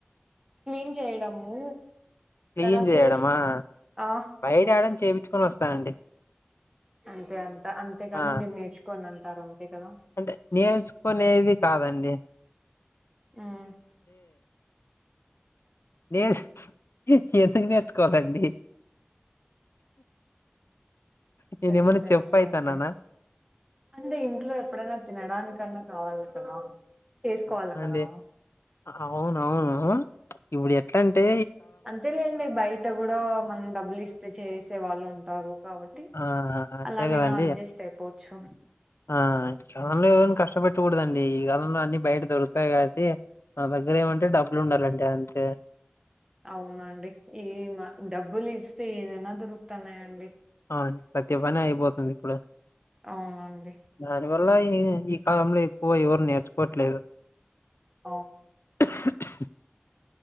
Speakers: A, on the right; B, on the left.
A: క్లీన్ చేయడము
B: క్లీన్
A: తనకు
B: చేయడమా
A: కూడా ఇష్టం ఆ
B: బయట యాడన్నా చేయించుకొని వస్తానండి
A: అంతే అంట అంతేగాని
B: ఆ
A: మీరు నేర్చుకోను అంటారు అంతే కదా
B: అంటే నేర్చుకునేది కాదండి
A: హ్మ్
B: నేను ఎందుకు నేర్చుకోవాలండి నేను
A: సరే
B: ఏమైనా
A: సరేలేండి
B: చెఫ్ అయితన్నానా
A: అంటే ఇంట్లో ఎప్పుడైనా తినడానికన్నా కావాలి కదా చేసుకోవాలి
B: అవునండి
A: కదా
B: అవునవును ఇప్పుడు ఎట్లాంటే
A: అంతేలేండి బయట కూడా మనం డబ్బులు ఇస్తే చేసే వాళ్ళు ఉంటారు కాబట్టి
B: ఆ అంతే
A: అలాగేనా
B: కదండి
A: అడ్జస్ట్ అయిపోవచ్చు
B: ఆ <unintelligible> కష్టపెట్టకూడదండి ఈ కాలంలో అన్ని బయట దొరుకుతాయి కాట్టి నా దగ్గర ఏమంటే డబ్బులూండాలండి అంతే
A: అవునండి ఈ మా డబ్బులీస్తే ఏదైనా దొరుకుతన్నాయండి
B: అవునండి ప్రతి పని అయిపోతుంది ఇప్పుడు
A: అవునండి
B: దాని వల్ల ఈ ఈ కాలంలో ఎక్కువ ఎవరు నేర్చుకోట్లేదు
A: అ
B: <unintelligible> <inaudible>